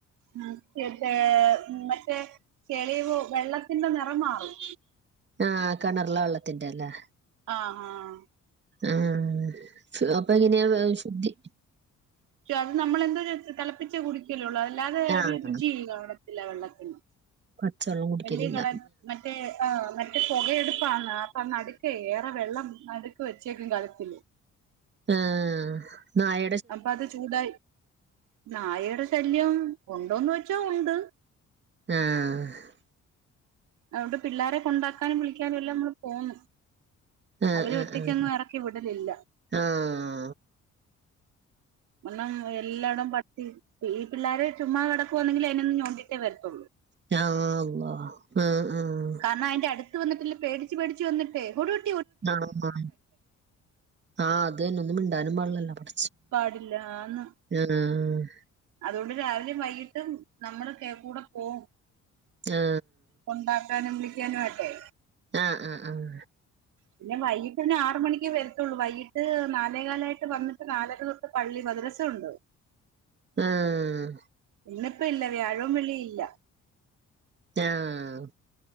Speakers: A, on the right (about 80°); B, on the right (about 35°).
A: മറ്റേ ചേ ഉമ്മറ്റെ കേളിവ് വെള്ളത്തിന്റെ നിറം മാറും
B: ആഹ്, കെണർലെ വെള്ളത്തിന്റെ അല്ലേ
A: ആഹ്, ആഹ്
B: ആഹ്, സ് അപ്പൊ എങ്ങനെയ വെ ശുദ്ധി
A: പക്ഷെ, അത് നമ്മളെന്തോ ചെയ്ത് തെളപ്പിച്ച് കുടിയ്ക്കല്ലൊള്ളൂ അതല്ലാതെ
B: ആഹ്
A: രുചി കാണ് ല്ല വെള്ളത്തിന്,
B: പച്ചവെള്ളം കുടിക്കലില്ല
A: വല്ല്യ കളർ മറ്റേ ആഹ് മറ്റ് ട്ട് പൊകയടുപ്പാണ് അപ്പൊ നടുക്കെയ് ഏറെ വെള്ളം നടുക്ക് വെച്ചേക്കും കലത്തില്
B: ആഹ്, നായ
A: അപ്പൊ അത് ചൂടായി നായയുടെ ശല്ല്യം ഉണ്ടോന്ന് വെച്ചാ ഉണ്ട്
B: ആഹ്.
A: അതുകൊണ്ട് പിള്ളാരെ കൊണ്ടാക്കാനും വിളിക്കാനും എല്ലാം നമ്മള് പോവുന്നു.
B: ആഹ്
A: അവരെ
B: ആഹ്
A: ഒറ്റയ്ക്കങ്ങു
B: ആഹ്
A: എറക്കി വിടലില്ല.
B: ആഹ്.
A: കാരണം എല്ലായിടം പട്ടി, ഈ പിള്ളോരെ ചുമ്മാ കെടക്കുവാന്നെങ്കിലും അതിനൊന്ന് ഞൗണ്ടിട്ടേ വരത്തുള്ളൂ.
B: യാ അള്ളാ ആഹ്, ആഹ്
A: കാരണം അതിന്റെ അടുത്ത് വന്നിട്ടില്ല പേടിച്ച് പേടിച്ച് വന്നിട്ടെ <unintelligible>
B: ആഹ്, ആഹ് ആഹ് അത് തന്നെ ഒന്നും മിണ്ടാനും പാടില്ലല്ലോ. പട
A: പാടില്ലാന്ന്.
B: ആഹ്
A: അതോണ്ട് രാവിലിം വൈകീട്ടും നമ്മളൊക്കെ കൂടെ പോവും.
B: ആ
A: കൊണ്ടാക്കാനും വിളിക്കാനു ആയ്ട്ടെ
B: ആഹ് ആഹ് ആഹ്
A: പിന്നെ വൈകിട്ട് പിന്നെ ആറ് മണിക്ക് വെരത്തുള്ളൂ. വൈകിട്ട് നാലേകാലായിട്ട് വന്നിട്ട് നാലര തൊ ട്ട് പള്ളി മദ്രസ ഉണ്ട്.
B: ആഹ്.
A: ഇന്നിപ്പ ഇല്ല വ്യാഴവും വെള്ളി ഇല്ല
B: ആഹ്